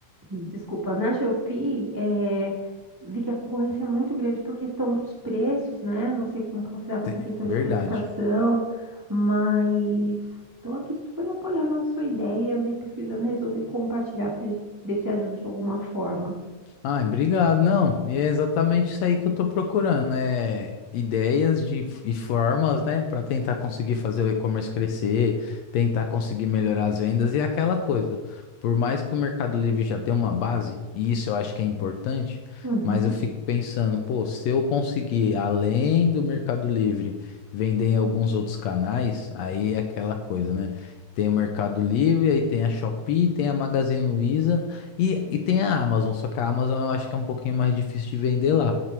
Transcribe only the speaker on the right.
desculpa, na Shopee, é, vi que a concorrência é muito grande por questão dos preços, né? Não sei como que você está com
essa questão
de precificação, mas estou aqui super apoiando a sua ideia e andei pesquisando, resolvi compartilhar para ver se ajuda de alguma forma.
Uhum,